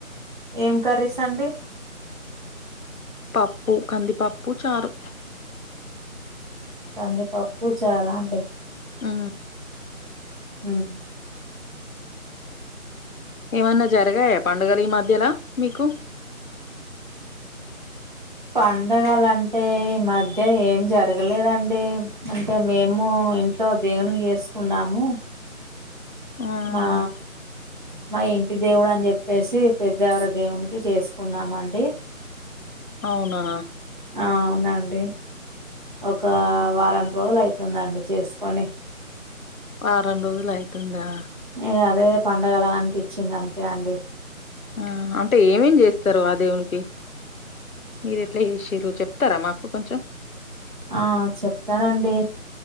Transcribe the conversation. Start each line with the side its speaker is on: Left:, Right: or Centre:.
Right: ఏం కర్రీస్ అండి
Left: పప్పు కందిపప్పు చారు
Right: కందిపప్పు చారా అండి
Left: ఆ
Right: ఉహు
Left: ఏమన్నా జరగాయా పండుగలు ఈ మధ్యలా మీకు
Right: పండగలంటే ఈ మధ్య ఏం జరగలేదండి అంటే మేము ఇంట్లో దేవునివి చేసుకున్నాము.
Left: ఆహా
Right: వా మా ఇంటి దేవుడు అని చెప్పేసి పెద్ద ఎవరో దేవునికి చేసుకున్నామండి
Left: అవునా
Right: ఆ అవునండి ఒక వారం రోలయితుందండి చేస్కొని
Left: వారం రోజులు అయితుందా
Right: ఇగ అదే పండగలా అనిపించింది అంతే అండి
Left: ఆహా అంటే ఏమేం చేస్తరు ఆ దేవునికి మీరెట్లా చెషిర్రు చెప్తారా మాకు కొంచెం
Right: ఆ చెప్తనండి